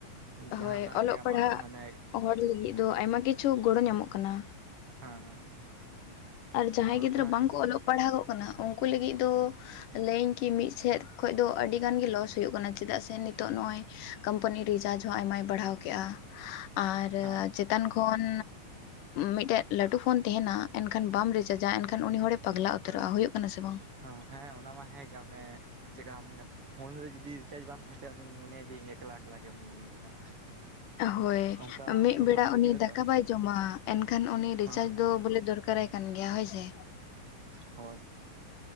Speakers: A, on the right; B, on the left.
A: ᱡᱟᱦᱟᱸᱱᱟᱜ
B: ᱦᱳᱭ ᱚᱞᱚᱜ
A: ᱜᱮ ᱟᱢᱟᱜ
B: ᱯᱟᱲᱦᱟᱜ
A: ᱢᱟᱱᱮ
B: ᱦᱚᱲ ᱞᱟᱹᱜᱤᱫ ᱫᱚ ᱟᱭᱢᱟ ᱠᱤᱪᱷᱩ ᱜᱚᱲᱚ ᱧᱟᱢᱚᱜ ᱠᱟᱱᱟ᱾
A: ᱦᱮᱸ
B: ᱟᱨ ᱡᱟᱦᱟᱸᱭ
A: ᱚᱞᱚᱜ
B: ᱜᱤᱫᱽᱨᱟᱹ
A: ᱯᱟᱲᱦᱟᱜ
B: ᱵᱟᱝᱠᱚ
A: ᱠᱤᱪᱷᱩ
B: ᱚᱞᱚᱜ ᱯᱟᱲᱦᱟᱜᱚᱜ ᱠᱟᱱᱟ ᱩᱱᱠᱩ ᱞᱟᱹᱜᱤᱜ ᱫᱚ ᱞᱟᱹᱭᱟᱹᱧ ᱠᱤ ᱢᱤᱫ ᱥᱮᱫ ᱠᱷᱚᱭ ᱫᱚ ᱟᱹᱰᱤ ᱜᱟᱱ ᱜᱮ ᱞᱚᱥ ᱦᱩᱭᱩᱜ ᱠᱟᱱᱟ᱾ ᱪᱮᱫᱟᱜ ᱥᱮ ᱱᱤᱛᱚᱜ ᱱᱚᱜᱼᱚᱭ ᱠᱳᱢᱯᱟᱹᱱᱤ ᱨᱤᱪᱟᱨᱡᱽ ᱦᱚᱸ ᱟᱭᱢᱟᱭ ᱵᱟᱲᱦᱟᱣ ᱠᱮᱜᱼᱟ ᱟᱨ
A: ᱦᱮᱸ
B: ᱪᱮᱛᱟᱱ ᱠᱷᱚᱱ ᱢᱤᱫᱴᱮᱡ ᱞᱟᱹᱴᱩ ᱯᱷᱳᱱ ᱛᱮᱦᱮᱱᱟ᱾ ᱮᱱᱠᱷᱟᱱ ᱵᱟᱢ ᱨᱤᱪᱟᱨᱡᱟ ᱮᱱᱠᱷᱟᱱ ᱩᱱᱤ ᱦᱚᱲᱮ ᱯᱟᱜᱽᱞᱟ ᱩᱛᱟᱹᱨᱚᱜᱼᱟ᱾ ᱦᱩᱭᱩᱜ ᱠᱟᱱᱟ ᱥᱮ ᱵᱟᱝ
A: ᱦᱚᱸ ᱦᱮᱸ ᱚᱱᱟ ᱢᱟ ᱦᱮᱸ ᱜᱮ ᱢᱟᱱᱮ ᱪᱮᱠᱟ ᱢᱟᱱᱮ ᱯᱷᱳᱱ ᱨᱮ ᱡᱩᱫᱤ ᱨᱤᱪᱟᱨᱡᱽ ᱵᱟᱝ ᱛᱟᱦᱮᱱ ᱩᱱᱤ ᱢᱚᱱᱮᱭᱟ᱾ ᱡᱮ ᱩᱱᱤ ᱢᱚᱱᱮᱭᱟᱭ ᱮᱠᱞᱟ ᱮᱠᱞᱟ ᱜᱮ ᱢᱤᱱᱟᱧ ᱞᱮᱠᱟ᱾
B: ᱦᱳᱭ
A: ᱚᱱᱠᱟ
B: ᱢᱤᱜ
A: ᱚᱱᱩᱵᱷᱟᱵ
B: ᱵᱮᱲᱟ
A: ᱵᱩᱡᱷᱟᱹᱜᱼᱟ
B: ᱩᱱᱤ ᱫᱟᱠᱟ
A: ᱛᱚ
B: ᱵᱟᱭ ᱡᱚᱢᱟ᱾ ᱮᱱᱠᱷᱟᱱ ᱩᱱᱤ ᱨᱤᱪᱟᱨᱡ
A: ᱦᱮᱸ
B: ᱫᱚ ᱵᱚᱞᱮ ᱫᱚᱨ ᱠᱟᱨᱟᱭ ᱠᱟᱱ ᱜᱮᱭᱟ ᱦᱳᱭ ᱥᱮ
A: ᱦᱳᱭ